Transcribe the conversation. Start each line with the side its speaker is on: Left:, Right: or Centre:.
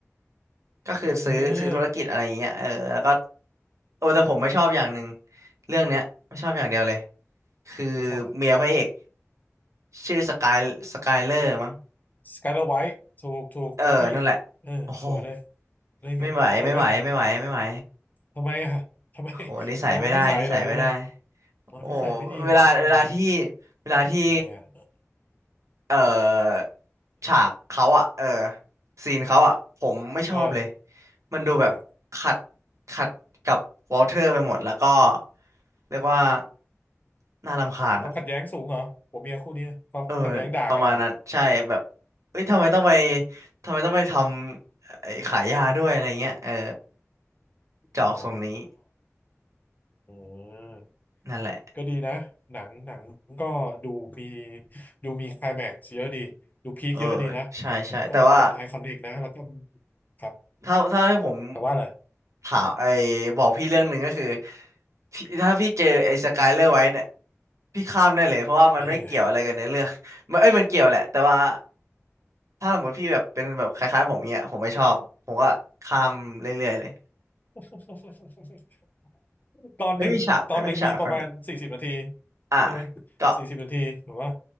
Right: ก็คือซื้อซื้อธุรกิจอะไรอย่างเงี้ยเออแล้วก็
Left: เออ
Right: โอ้แต่ผมไม่ชอบอย่างหนึ่งเรื่องเนี้ยไม่ชอบอย่างเดียวเลยคือ
Left: ไม่ชอบเลย
Right: เมียพระเอกชื่อสกายสกายเลอร์มั้ง
Left: สกายเลอร์ไวท์ถูกถูกเป็นผู้หญิงเออสวยเลย
Right: เออนั่นแหละโอ้โห
Left: ได้ไงสวยไหม
Right: ไม่ไหว ไม่ไหว ไม่ไหวไม่ไหว
Left: ทำไมอ่ะทำไม
Right: โหนิสัยไม่ได้นิสัยไม่ได้
Left: เขานิสัยเหรอหรืออะไรอ๋อนิสัยไม่ดีเหรออืม
Right: โอ้เวลาเวลาที่เวลาที่
Left: ทำไมอ่ะ
Right: เอ่อฉากเขาอ่ะเออซีนเขาอ่ะผมไม่ชอบเลย
Left: ครับเออ
Right: มันดูแบบขัด
Left: ทำไมอ่ะ
Right: ขัดกับวอลเทอร์ไปหมดแล้วก็เรียกว่าน่ารำคาญอ่ะ
Left: ทำไมความขัดแย้งสูงเหรอผัวเมียคู่นี้ความขัดแย้งด่ากันเหรอ
Right: เออประมาณนั้นใช่แบบเอ้ยทำไมต้องไปทำไมต้องไปทำไอ้ขายยาด้วยอะไรเงี้ย เออจะออกทรงนี้
Left: อ๋อเออ
Right: นั่นแหละ
Left: ก็ดีนะ หนังหนังก็ดูมีดูมีไคลแม็กซ์เยอะดีดูพีคเยอะดีนะแล้วก็เป็นไอคอนิกนะแล้วก็
Right: เออใช่ใช่แต่ว่า
Left: ครับ
Right: ถ้าถ้าให้ผม
Left: แต่ว่าอะไร
Right: ถามไอ้บอกพี่เรื่องหนึ่งก็คือพี่ถ้าพี่เจอไอ้สกายเลอร์ไว้เนี่ยพี่ข้ามได้เลยเพราะว่ามันไม่เกี่ยวอะไรกับเนื้อเรื่อง
Left: แล้วยังไง
Right: <laughs> มันเอ้ยมันเกี่ยวแหละแต่ว่าถ้าสมมติพี่แบบเป็นแบบคล้ายๆผมเนี้ยผมไม่ชอบผมก็ข้ามเรื่อยๆเลย
Left: <laughs> ตอนหนึ่งตอนหนึ่งมีประมาณสี่สิบนาที
Right: ไม่มีฉากไม่มีฉากไอคอนิกอ่ะ
Left: ใช่ไหม
Right: ก็
Left: สี่สิบนาทีถูกป่ะ